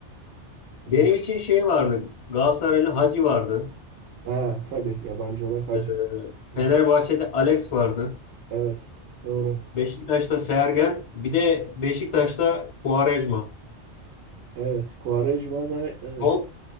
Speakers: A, on the right (about 70°); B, on the left (about 40°).
A: Ee,
B: Benim için şey vardı. Galatasaraylı Hacı vardı.
A: ha tabii yabancı olarak Hacı.
B: Ee,
A: Hı,
B: Fenerbahçe'de Alex vardı.
A: Evet doğru.
B: Beşiktaş'ta Sergen. Bir de Beşiktaş'ta Quaresma.
A: Evet Quaresma da evet.
B: Top,